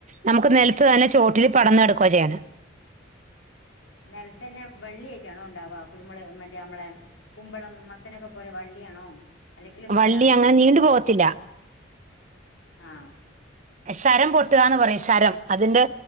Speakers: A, on the right (about 40°); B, on the left (about 85°).
A: നമുക്ക് നിലത്ത് തന്നെ ചോട്ടിൽ പടന്ന് കേടക്കുവാ ചെയ്യാനത്
B: നിലത്തെന്നെ വള്ളിയായിട്ടാണോ ഉണ്ടാവാ കുരുമുളക് മറ്റേ നമ്മളെ കുമ്പളം മത്തനൊക്കെ പോലെ വള്ളിയാണോ? അല്ലെങ്കിൽ
A: വള്ളി
B: മരാണോ
A: അങ്ങനെ
B: ഉണ്ടാവാ
A: നീണ്ടു പോവത്തില്ല
B: ആഹ്
A: ശരം പൊട്ടുകന്ന് പറയും ശരം അതിന്റെ